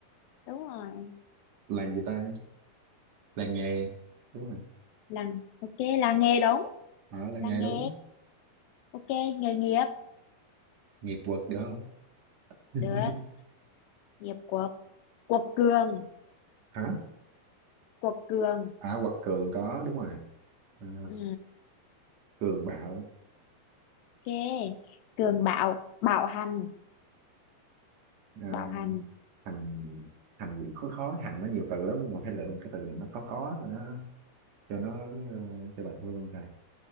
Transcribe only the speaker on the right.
làng gì ta làng nghề đúng rồi
ở làng
nghề
đúng
nghiệp quật được không <laughs>
hả
à quật cường có đúng rồi à,
cường bạo
à,
thành thành gì khó khó hành nó nhiều từ lắm nhưng mà phải lựa một cái từ nào nó khó khó rồi nó cho nó ờ, cho bà Thu luôn trời